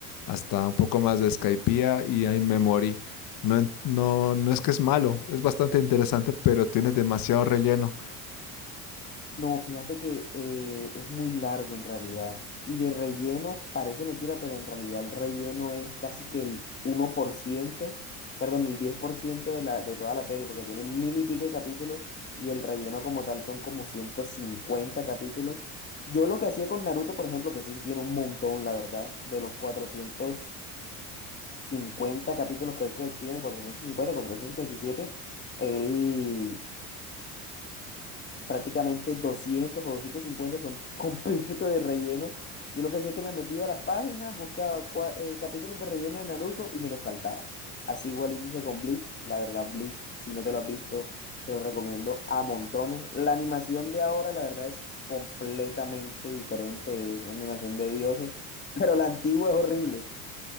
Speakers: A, on the left (about 50°); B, on the left (about 25°).
A: hasta un poco más de Skypiea y ahí me morí. No, en- no, no es que es malo, es bastante interesante, pero tiene demasiado relleno.
B: No, fíjate que eh, es muy largo en realidad. Y de relleno, parece mentira, pero en realidad el relleno es casi que el uno por ciento. perdón, el 10% de la, de toda la serie, porque tiene mil y pico de capítulos y el relleno como tal son como 150 capítulos. Yo lo que hacía con Naruto, por ejemplo, que ese sí tiene un montón, la verdad, de los cuatrocientos. 50 capítulos creo que tiene, 450, 457, él prácticamente 200 o 250 son <laughs> completos de relleno. Yo lo que hacía es que me metía a las páginas, buscaba cua- eh, capítulos de relleno de Naruto y me los saltaba. Así igual hice con Bleach. La verdad, Bleach, si no te lo has visto, te lo recomiendo a montones. La animación de ahora, la verdad, es completamente diferente. Es una animación de dioses, <laughs> pero la antigua es horrible,